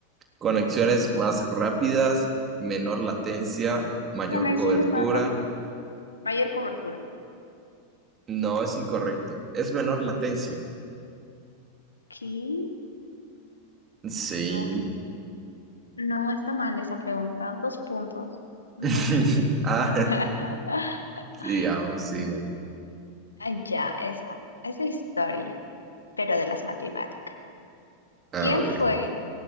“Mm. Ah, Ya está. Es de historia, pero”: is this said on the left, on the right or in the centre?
Left